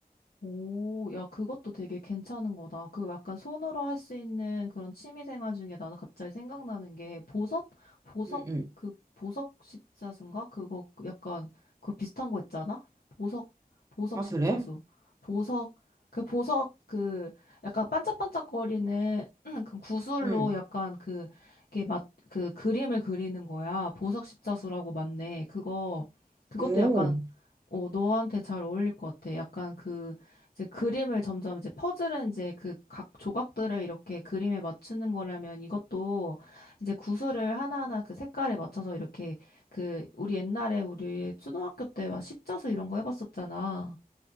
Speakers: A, on the left; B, on the right.
A: 오, 야, 그것도 되게 괜찮은 거다. 그 약간 손으로 할 수 있는 그런 취미 생활 중에 나도 갑자기 생각나는 게 보석? 보석,
B: 응, 응.
A: 그 보석 십자수인가? 그거 그 약간, 그거 비슷한 거 있잖아? 보석, 보석
B: 아,
A: 십자수.
B: 그래?
A: 보석, 그 보석, 그 약간 반짝반짝거리는 <clears throat> 그 구슬로
B: 응.
A: 약간 그, 이게 막, 그 그림을 그리는 거야. 보석 십자수라고 맞네. 그거, 그것도
B: 오.
A: 약간, 어, 너한테 잘 어울릴 것 같아. 약간 그, 이제 그림을 점점 이제 퍼즐은 이제 그 각 조각들을 이렇게 그림에 맞추는 거라면 이것도 이제 구슬을 하나하나 그 색깔에 맞춰서 이렇게 그 우리 옛날에 우리 초등학교 때 막 십자수 이런 거 해봤었잖아.